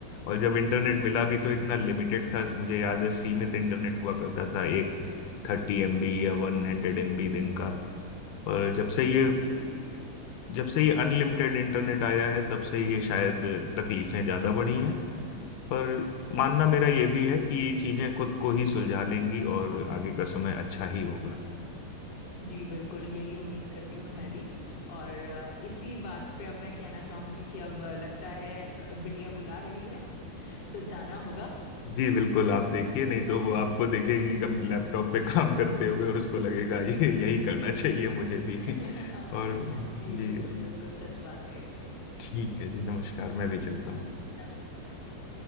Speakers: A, on the left; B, on the left.
A: और जब इंटरनेट मिला भी तो इतना लिमिटेड था मुझे याद है सीमित इंटरनेट हुआ करता था एक थर्टी एमबी या वन हंड्रेड एमबी दिन का पर जब से ये
B: जी जी जी
A: जब से ये अनलिमिटेड इंटरनेट आया है तब से ये शायद तकलीफें ज़्यादा बढ़ी हैं पर मानना मेरा ये भी है कि ये चीज़ें खुद को ही सुलझा लेंगी और आगे का समय अच्छा ही होगा
B: जी बिल्कुल यही उम्मीद करती हूँ मैं भी और अ, इसी बात पे अब मैं कहना चाहूंगी कि अब अ, लगता है अ, बिटिया बुला रही है <laughs> तो जाना होगा
A: जी बिल्कुल आप देखिए नहीं तो वो आपको देखेगी कम लैपटॉप पे काम करते हुए और उसको लगेगा ये यही करना चाहिए मुझे भी
B: <laughs>
A: और
B: जी
A: जी
B: बिल्कुल बिल्कुल सच बात है ये तो
A: ठीक है जी नमस्कार मैं भी चलता हूँ
B: नम, नमस्कार